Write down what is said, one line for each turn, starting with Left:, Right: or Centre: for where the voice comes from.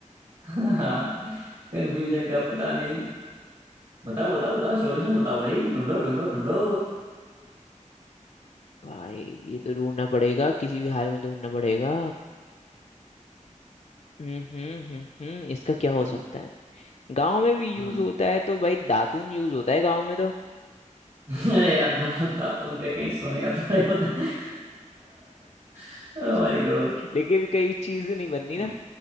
Right: <laughs> हाँ कंफ्यूजन का पता नहीं बताओ बताओ बताओ सॉल्यूशन बताओ भाई ढूंढो ढूंढो ढूंढो
Left: भाई ये तो ढूंढना पड़ेगा किसी भी हाल में ढूंढना पड़ेगा हम्म हम्म हम्म हम्म, इसका क्या हो
Right: हम्म
Left: सकता है गांव में भी यूज
Right: हम्म।
Left: होता है तो भाई दातून यूज होता है गांव में तो
Right: <laughs> अरे यार दांत दांत तो उनके कहीं सोने का तो नहीं होता <laughs>
Left: <laughs>
Right: ओ माय गॉड
Left: लेकिन कई चीज नहीं बननी
Right: हम्म
Left: ना